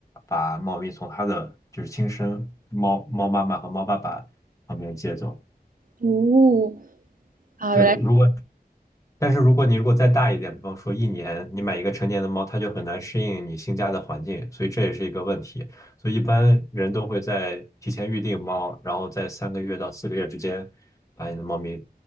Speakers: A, on the left (about 20°); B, on the right (about 55°).
A: 把猫咪从它的就是亲生猫猫妈妈和猫爸爸旁边接走。
B: 哦，啊，
A: 对，
B: 原来
A: 如果但是如果你如果再大一点，比方说一年，你买一个成年的猫，它就很难适应你新家的环境，所以这也是一个问题。所以一般人都会在提前预定猫，然后在三个月到四个月之间把你的猫咪